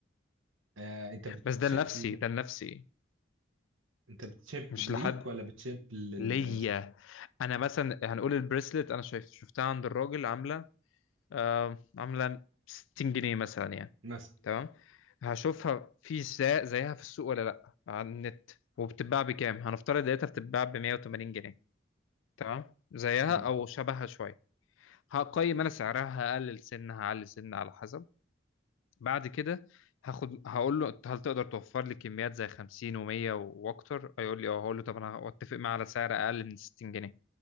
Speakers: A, on the right; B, on the left.
A: آه انت بتشيب
B: بس ده لنفسي
A: ل...
B: ده لنفسي
A: انت بتشيب
B: مش
A: ليك
B: لحد
A: ولا بتشيب لل
B: ليا انا مثلا هنقول البريسلت انا شايف شفتها عند الراجل عامله آه عامله 60 جنيه مثلا يعني
A: مثلا
B: تمام هشوفها في زي- زيها في السوق ولا لا على النت وبتتباع بكام هنفترض لقيتها بتتباع ب 180 جنيه تمام زيها
A: مم.
B: او شبهها شويه هقيم انا سعرها هقلل سن هعلي سن على حسب بعد كده هاخد هقول له هل تقدر توفر لي كميات زي 50 و100 واكتر هيقول لي اه هقول له طب انا اتفق معاه على سعر اقل من 60 جنيه